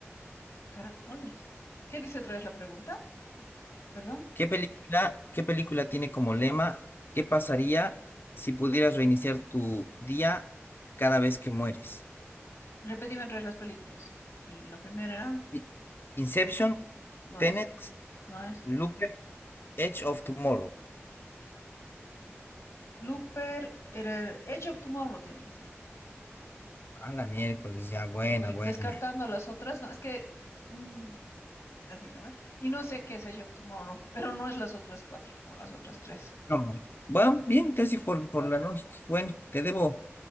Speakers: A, on the left; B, on the left.
A: caracoles. ¿Qué dice otra vez la pregunta? Perdón.
B: ¿Qué película, qué película tiene como lema? ¿Qué pasaría si pudieras reiniciar tu día cada vez que mueres?
A: Repetime otra vez las películas. La primera era...
B: I- Inception,
A: No
B: Tenet,
A: es, no es.
B: Looper, Edge of Tomorrow.
A: Looper era... Edge of Tomorrow tiene que ser.
B: A la miércoles, ya, buena,
A: Porque
B: buena.
A: descartando las otras, no, es que... mm, Así, ¿no? ve? Y no sé qué es Edge of Tomorrow, <laughs> pero no es las otras cuatro o las otras tres.
B: No, bueno, bien, casi por, por la noche. Bueno, te debo,